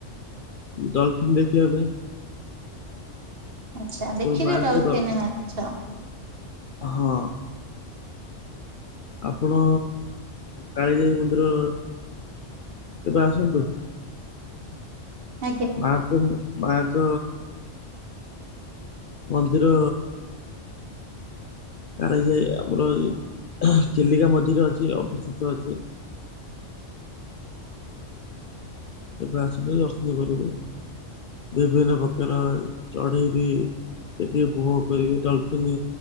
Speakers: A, on the left; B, on the right.
A: ଡଲଫିନ ଦେଖିବା ପାଇଁ।
B: ଆଚ୍ଛା ଦେଖିଲେ
A: ଯୋଉ ମାଙ୍କ
B: ଡଲଫିନ
A: ଡ
B: ମାଛ।
A: ହଁ। ଆପଣ କାଳିଜାଇ ମନ୍ଦିର କେବେ ଆସନ୍ତୁ?
B: ଆଜ୍ଞା।
A: <unintelligible> ମାଆଙ୍କ ମନ୍ଦିର କାଳିଜାଇ ଆମର ହଁ ଚିଲିକା ମଝିରେ ଅଛି ଅବସ୍ଥିତ ଅଛି। କେବେ ଆସନ୍ତୁ ଦର୍ଶନ କରିବେ ବିଭିନ୍ନ ପ୍ରକାର ଚଢେଇ ବିି ଦେଖିକି ଉପଭୋଗ କରିବେ ଡଲଫିନ୍